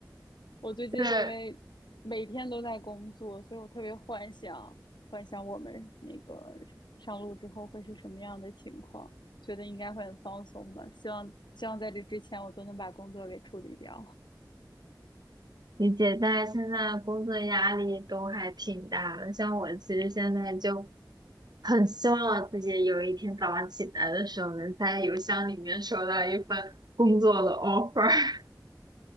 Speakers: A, on the left; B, on the right.
A: 我最近因为每天都在工作，
B: 对，
A: 所以我特别幻想，幻想我们那个上路之后会是什么样的情况，觉得应该会很放松吧。希望希望在这之前我都能把工作给处理掉。
B: 理解，但是现在工作压力都还挺大的。像我其实现在就很希望自己有一天早上起来的时候，能在邮箱里面收到一份工作的 offer。<laughs>